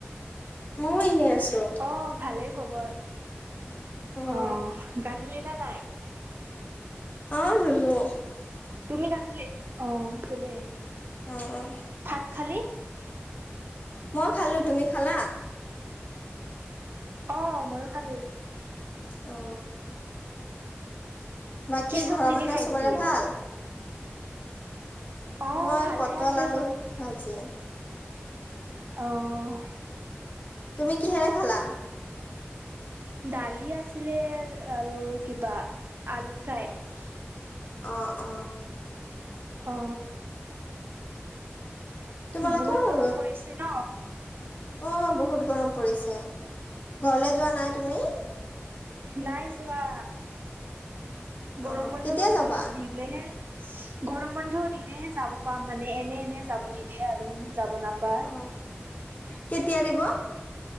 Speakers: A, on the left; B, on the right.
A: ময়ো এনেই আছো।
B: অ' ভালেই খবৰ,
A: উম
B: অ' গা <inaudible> নাই
A: অ' ধুলো।
B: তুমি গা ধুলি <unintelligible>
A: উম উ
B: ভাত খালি
A: মই খালো তুমি খালা
B: অ ময়ো খালো
A: অ বাকী
B: কি চব্জি
A: ঘৰৰ মানুহৰ
B: দি খাইছি
A: চবৰে ভাল
B: অ'
A: মই
B: ভালে
A: পটল
B: আছে
A: আলু ভাজি
B: অহ
A: তুমি কিহেৰে খালা
B: দালি আছিলে আৰু কিবা আলু ফ্ৰাই
A: অ অ
B: অ
A: তোমালোকৰ
B: বহুত গৰম পৰিছে ন
A: অ বহুত গৰম পৰিছে ঘৰলে যোৱা নাই তুমি
B: নাই যোৱা গৰম
A: অ
B: বন্ধ
A: কেতিয়া যাবা?
B: দিলেহে গৰম বন্ধ দিলেহে যাব পাম মানে এনে এনে যাব নিদিয়ে আৰু যাব নাপায়
A: অ কেতিয়া দিব